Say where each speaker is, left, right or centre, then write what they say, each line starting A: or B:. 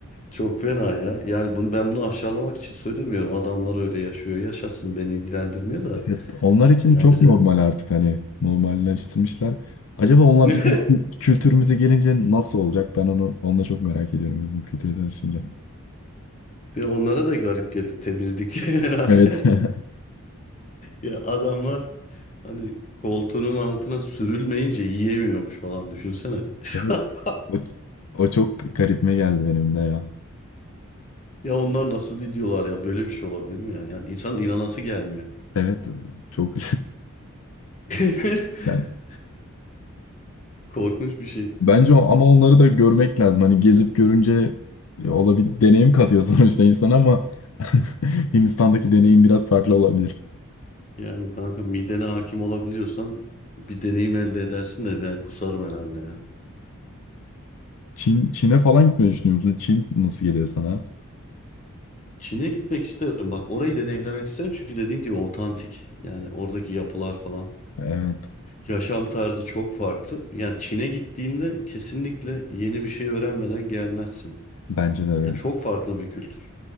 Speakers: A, on the left; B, on the left.
A: Çok fena ya. Yani bunu, ben bunu aşağılamak için söylemiyorum. Adamlar öyle yaşıyor. Yaşasın beni ilgilendirmiyor da.
B: Evet, onlar için
A: Ya
B: çok
A: bize
B: normal artık hani normalleştirmişler. Acaba onlar
A: <laughs>
B: bizim kültürümüze gelince nasıl olacak? Ben onu onu da çok merak ediyorum bizim kültüre tanışınca.
A: bir onlara da garip gelir temizlik <laughs> herhalde.
B: Evet. <laughs>
A: Ya adamlar hani koltuğunun altına sürülmeyince yiyemiyormuş falan düşünsene.
B: Evet.
A: <laughs>
B: O, o çok garipme geldi benim de ya.
A: Ya onlar nasıl videolar ya böyle bir şey olabilir mi ya? Yani insan inanası gelmiyor.
B: Evet. Çok
A: <laughs>
B: <laughs> yani
A: Korkunç bir şey.
B: Bence o, ama onları da görmek lazım. Hani gezip görünce e, o da bir deneyim katıyor <laughs> sonuçta insana ama <laughs> Hindistan'daki deneyim biraz farklı olabilir.
A: Yani kanka midene hakim olabiliyorsan bir deneyim elde edersin de ben kusarım herhalde ya.
B: Çin, Çin'e falan gitmeyi düşünüyor musun? Çin nasıl geliyor sana?
A: Çin'e gitmek isterim. Bak orayı deneyimlemek isterim çünkü dediğim gibi otantik. Yani oradaki yapılar falan.
B: Evet,
A: Yaşam tarzı çok farklı. Yani Çin'e gittiğinde kesinlikle yeni bir şey öğrenmeden gelmezsin.
B: bence de öyle.
A: Ya çok farklı bir kültür.